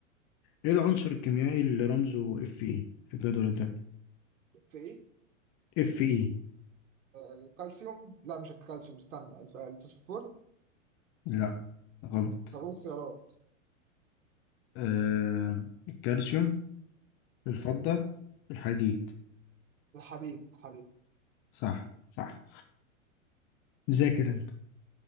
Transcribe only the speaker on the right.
في ايه
آه، الكالسيوم لا مش الكالسيوم استنى الف- الفوسفور
طب قول خيارات
الحديد الحديد